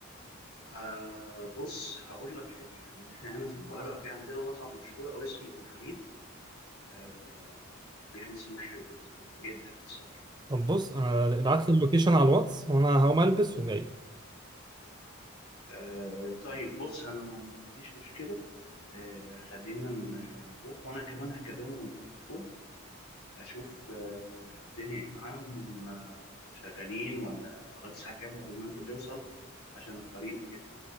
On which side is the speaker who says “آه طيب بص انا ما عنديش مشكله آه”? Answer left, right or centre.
Left